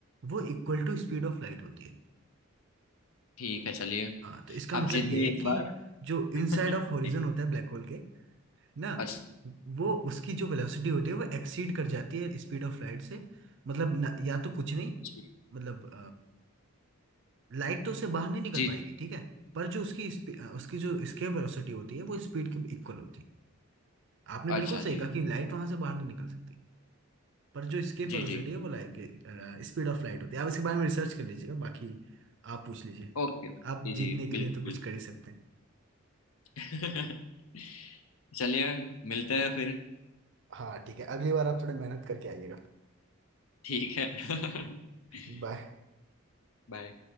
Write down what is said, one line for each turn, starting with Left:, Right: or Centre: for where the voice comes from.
Right: वो equal to speed of light होती है
Left: ठीक है चलिए
Right: हाँ तो इसका
Left: आप
Right: मतलब
Left: जीत
Right: ये
Left: गए
Right: है
Left: इस
Right: कि
Left: बार
Right: जो
Left: <laughs>
Right: इनसाइड ऑफ हॉरिजन
Left: जी,
Right: होता है ब्लैक होल के ना
Left: अच्छा
Right: वो उसकी जो वेलोसिटी होती है वो एक्सीड कर जाती है स्पीड ऑफ लाइट से मतलब न, या तो कुछ नहीं
Left: जी
Right: मतलब लाइट तो उससे बाहर नहीं निकल
Left: जी
Right: पाएगी
Left: जी,
Right: ठीक है पर जो उसकी स्पी- अ, उसकी जो स्केप वेलोसिटी होती है वो स्पीड के इक्वल होती है आपने बिल्कुल
Left: अच्छा
Right: सही
Left: जी
Right: कहा कि लाइट वहां से बाहर नहीं निकल सकती पर जो स्केप
Left: जी
Right: वेलोसिटी
Left: जी
Right: है वो लाइट के स्पीड ऑफ लाइट होती है आप इसके बारे में रिसर्च कर लीजिएगा बाकी आप पूछ लीजिए
Left: ओके जी
Right: आप जीतने
Left: जी
Right: के
Left: बिल्कुल
Right: लिए तो कुछ कर ही सकते हैं
Left: बिल्कुल <laughs> चलिए मिलते हैं फिर
Right: हाँ ठीक है अगली बार आप थोड़ी मेहनत करके आइएगा
Left: ठीक है <laughs>
Right: बाय
Left: बाय